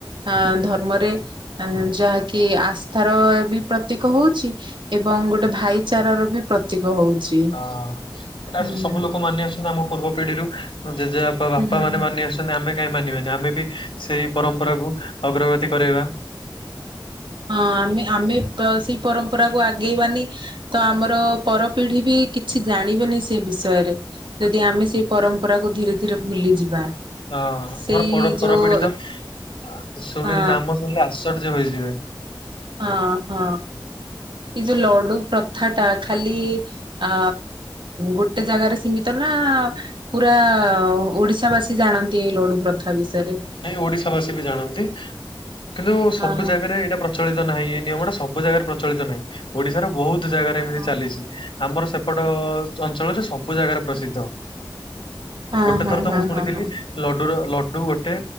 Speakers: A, on the right; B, on the left.
A: ଆ ଧର୍ମରେ ଯାହାକି ଆସ୍ଥାର ବି ପ୍ରତୀକ ହଉଛି। ଏବଂ ଗୋଟେ ଭାଇଚାରାର ବି ପ୍ରତୀକ ହଉଛି।
B: ହଁ ଏଟା
A: ହୁଁ ହୁଁ
B: ସବୁ ଲୋକ ମାନିଆସୁଛନ୍ତି ଆମ ପୂର୍ବ ପିଢିରୁ ଜେଜେବା ବା ବାପା
A: ହୁଁ
B: ମାନେ
A: ହଁ
B: ମାନି ଆସୁଛନ୍ତି ଆମେ କାହିଁ ମାନିବେନି ଆମେ ବି ସେଇ ପରମ୍ପରାକୁ ଅଗ୍ରଗତି କରେଇବା।
A: ହଁ ଆମେ ଆମେ ପ ସେଇ ପରମ୍ପରାକୁୁ ଆଗେଇବାନି। ତ ଆମର ପରପିଢି ବି କିଛି ଜାଣିବେନି ସେ ବିଷୟରେ ଯଦି ଆମେ ସେଇ ପରମ୍ପରାକୁୁ ଧୀରେ ଧୀରେ ଭୁଲିଯିବା
B: ହଁ
A: ସେଇ
B: ଆମର
A: ଯୋଉ
B: ପରପୀଡିତ ଶୁଣିଲେ
A: ହଁ
B: ନାମ ଶୁଣିଲେ ଆଶ୍ଚର୍ଯ୍ୟ ହୋଇଯିବେ।
A: ହଁ ହଁ ଏଇ ଯୋଉ ଲଡୁ ପ୍ରଥା ଟା ଖାଲି ଆ ଗୋଟେ ଜାଗାରେ ସୀମିତ ନା ପୁରା ଓଡିଶା ବାସୀ ଜାଣନ୍ତି ଏଇ ଲଡୁ ପ୍ରଥାା ବିଷୟରେ?
B: ନାଇଁ ଓଡିଶା ବାସୀ ବି ଜାଣନ୍ତି କିନ୍ତୁ ସବୁ
A: ହଁ
B: ଜାଗାରେ ଏଇଟା ପ୍ର ପ୍ରଚଳିତ ନାହିଁ ଏ ନିୟମଟା ସବୁ ଜାଗାରେ ପ୍ରଚଳିତ ନାହିଁ ଓଡିଶାର ବହୁତ ଜାଗାରେ ଏମିତି
A: ହଁ
B: ଚାଲିଛି। ଆମର ସେପଟ ଅଞ୍ଚଳରେ ସବୁ ଜାଗାରେ ପ୍ରସିଦ୍ଧ।
A: ହଁ
B: ଗୋଟେ
A: ହଁ
B: ଥର ତ ମୁଁ ଶୁଣି
A: ହଁ
B: ଥିଲି
A: ହଁ ହଁ
B: ଲଡୁର ଲଡୁ ଗୋଟେ